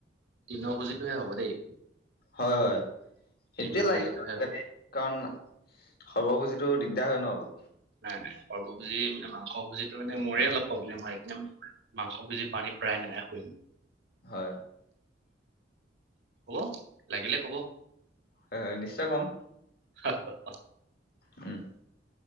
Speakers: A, on the right; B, on the left.
A: তিনৰ পুজিটোহে হ'ব দেই।
B: হয় হয় সেইটোৱে
A: তৃণ
B: লাগে
A: ভোজিটোহে
B: আজিকালি
A: হ'ব
B: কাৰণ। সৰ্বভুজীতো দিগদাৰ হয় ন অলপ।
A: নাই নাই সৰ্বভুজি মানে মাংস ভোজিতটো মানে মোৰে অলপ প্ৰব্লেম হয় সেইে মানে মাংস ভুজি পানী। প্ৰায় নোই শুম।
B: হয়।
A: হ'ব লাগিলে কব।
B: হয় নিশ্চয় কম।
A: হ, হ।
B: উম।